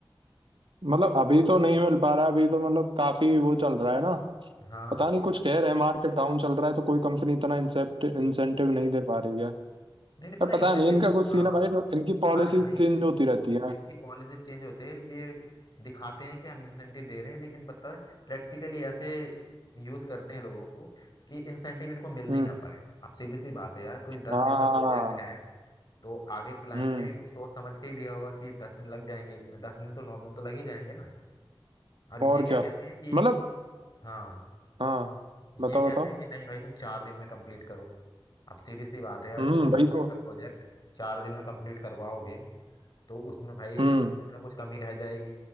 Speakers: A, on the right (about 70°); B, on the left (about 50°).
A: मतलब अभी तो नहीं मिल पा रहा है अभी तो मतलब काफी वो चल रहा है ना
B: हाँ
A: पता नहीं कुछ कह रहे हैं मार्केट डाउन चल रहा है तो कोई कंपनी इतना इंसेप्ट इंसेंटिव नहीं दे पा रही है
B: नहीं नहीं
A: पर
B: पता है
A: पता
B: इंसेंटिव
A: नहीं इनका कुछ
B: हाँ
A: सीन है भाई इनकी पॉलिसी
B: अरे भाई
A: चेंज होती रहती है
B: इनकी पॉलिसी चेंज होती है ये दिखाते हैं कि हम इंसेंटिव दे रहे हैं लेकिन पता है प्रैक्टिकली ऐसे यूज करते हैं लोगों को कि इंसेंटिव इनको मिल नहीं
A: हम्म
B: ना पाए अब सीधी सी बात है यार कोई दस
A: हाँ
B: दिन का प्रोजेक्ट है तो आगे क्लाइंट
A: हम्म
B: ने भी कुछ सोच समझ के ही दिया होगा कि दस दिन लग जाएंगे इसमें दस दिन तो नौ दिन तो लग ही जाएंगे ना अब ये
A: और
B: क्या
A: क्या
B: कहते हैं कि
A: मतलब
B: हाँ
A: हाँ
B: ये
A: बताओ
B: कहते
A: बताओ
B: हैं कि नहीं भाई तुम चार दिन में कंप्लीट करो अब सीधी सी बात है यार
A: हम्म
B: जब तुम दस
A: वही
B: दिन
A: तो
B: का प्रोजेक्ट चार दिन में कंप्लीट करवाओगे तो उसमें भाई
A: हम्म
B: कुछ ना कुछ कमी रह जाएगी